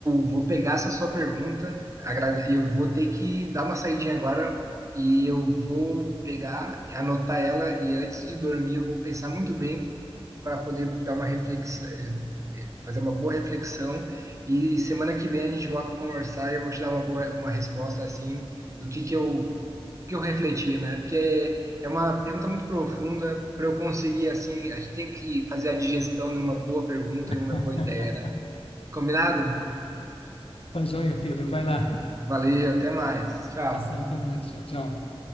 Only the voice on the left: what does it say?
<laughs>
Tá joia, Pedro. Vai lá.
Abração, até mais. Tchau, tchau.